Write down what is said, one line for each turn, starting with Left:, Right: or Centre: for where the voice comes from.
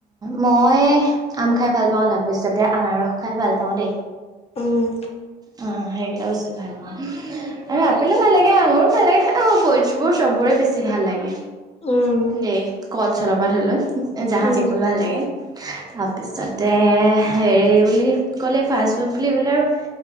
Right: মই আম খাই ভাল পাওঁ অলপ ভৱিষ্যতে আনাৰস খাই ভাল পাওঁ দেই
Left: উম।
Right: অ' সেইকেইটা বস্তু ভাল পাওঁ আৰু আপেলো ভাল লাগে, আঙুৰো ভাল লাগে, অ' ফুৰ্টচবোৰ চবোৰে বেছি ভাল লাগে।
Left: উম,
Right: দে। কল চলাব ধৰি লও। জাহাজী
Left: উম,
Right: কল ভাল লাগে। তাৰপিছতে হেৰি বুলি ক'লে ফাষ্টফুড বুলি ক'লে আৰু